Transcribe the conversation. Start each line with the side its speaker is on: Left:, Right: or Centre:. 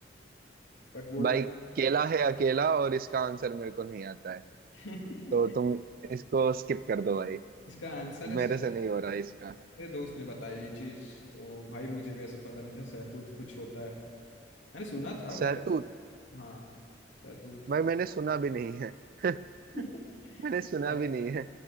Left: बट वो ना
Right: भाई केला है अकेला और इसका आंसर मेरे को नहीं आता है
Left: <laughs>
Right: तो तुम इसको स्किप कर दो भाई
Left: इसका आंसर है
Right: मेरे
Left: सर
Right: से नहीं हो रहा है इसका
Left: मेरे दोस्त ने बताया ये चीज तो भाई मुझे भी ऐसा पता नहीं था सहतूत कुछ होता है मैंने सुना था वैसे
Right: शहतूत
Left: हाँ सहतूत
Right: भाई मैंने सुना भी नहीं है <laughs>
Left: <laughs>
Right: मैंने सुना
Left: हाँ,
Right: भी नहीं है